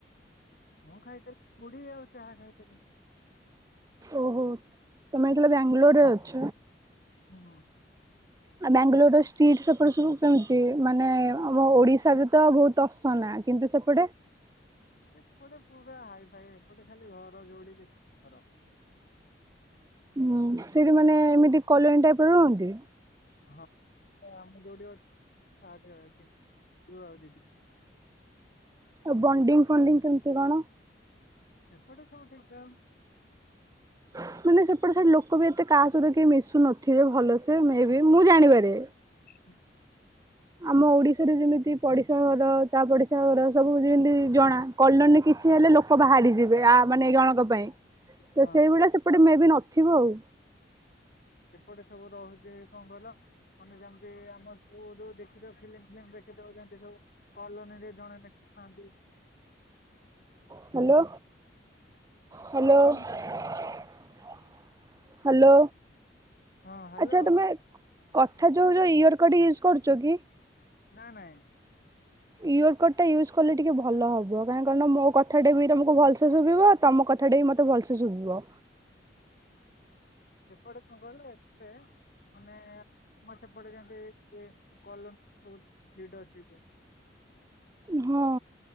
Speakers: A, on the left; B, on the right.
A: ମୁଁ ଖାଇଥିଲି ମୁଢ଼ି ଆଉ ଚାହା ଖାଇଥିଲି।
B: ଓହୋ ତମେ କହିଲ ବାଙ୍ଗାଲୋରରେ ଅଛ
A: ହୁଁ।
B: ଆଉ ବାଙ୍ଗାଲୋରର ଷ୍ଟ୍ରିଟ୍ ସବୁ କେମିତି ମାନେ ଆମ ଓଡିଶାରେ ତ ବହୁତ ଅସନା କିନ୍ତୁ ସେପଟେ
A: ଏପଟେ ପୁରା ହାଇଫାଇ ଏପଟେ ଖାଲି ଘର ଯୋଡି ଦେଖ ଘର
B: ହୁଁ ସେଠିମାନେ ଏମିତି କଲୋନି ଟାଇପରେ ରୁହନ୍ତି।
A: ହଁ ଆମ ଯୋଉଠି ଅଛୁ ତା ଟି <unintelligible> ହଉ ହଉଦି <unintelligible>
B: ଆଉ ବଣ୍ଡିଙ୍ଗ ଫଣ୍ଡିଙ୍ଗ କେମିତି କଣ?
A: ଏପଟେ ସବୁ ଠିକଠାକ୍।
B: ହଁ ମାନେ ସେପଟେ ସେଠି ଲୋକ ବି ଏତେ କାହା ସହିତ କେ ମିଶୁ ନଥିବେ ଭଲସେ ମେବି ମୁଁ ଜାଣିବାରେ
A: ହୁଁ ହୁଁ
B: ଆମ ଓଡିଶାରେ ଯେମିତି ପଡିଶା ଘର ତା ପଡିଶା ଘର ସବୁ ଯେମିତି ଜଣା କଲୋନୀରେ କିଛି ହେଲା ଲୋକ ବାହାରି ଯିବେ ଆ ମାନେ ଏ ଜଣଙ୍କ ପାଇଁ
A: ହଁ
B: ତ ସେଇଭଳିଆ ସେପଟେ ମେବି ନଥିବ ଆଉ।
A: ଏପଟେ ସବୁ ରହୁଛି କଣ କହିଲ ମାନେ ଯେମିତି ଆମର ସବୁ ଯୋଉ ଦେଖିଦ ଫିଲ୍ମ ଫିଲ୍ମ ଦେଖିଦଉ କଲୋନିରେ ଜଣେ ଆଛା
B: ହ୍ୟାଲୋ ହ୍ୟାଲୋ
A: <unintelligible>
B: ହ୍ୟାଲୋ
A: ହଁ ହ୍ୟାଲୋ
B: ଆଚ୍ଛା ତମେ କଥା ଯୋଉ ଯୋଉ ଇୟରକଡ ୟୁଜ କରୁଛ କି?
A: ନା ନାଇଁ
B: ୟଅରକଡଟା ୟୁଜ କଲେ ଟିକେ ଭଲ ହବ କାହିଁକହିଲ ମୋ କଥାଟା ବି ତମକୁ ଭଲସେ ଶୁଭିବ ତମ କଥାଟା ବି ମତେ ଭଲସେ ଶୁଭିବ।
A: ଏପଟେ କଣ କହିଲ ଏତେ ମାନେ ସମ ପଡେ କଲ ଲ <unintelligible>
B: ହଁ